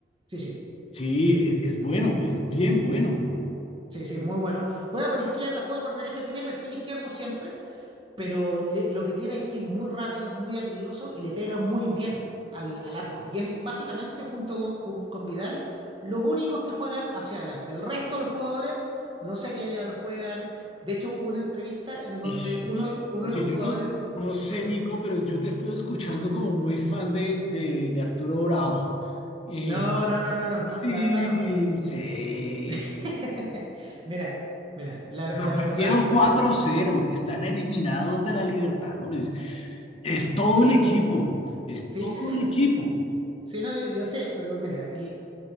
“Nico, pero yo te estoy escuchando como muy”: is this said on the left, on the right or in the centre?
Left